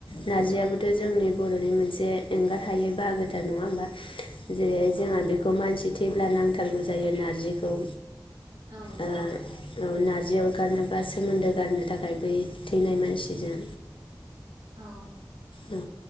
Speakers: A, on the left; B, on the right.
A: नारजियाबोथ
B: औ
A: जोंनि बर'नि मोनसे एंगार हायै बाहागोथार नङा होमबा। जेरैहाय जोंहा बेखौ बेखौ मानसि थैब्ला नांथारगौ जायो नारजिखौ।
B: औ
A: ओ
B: औ।
A: औ नारजि अरगारनोबा सोमोन्दो गारनो थाखाय बै थैनाय मानसिजों
B: औ।
A: औ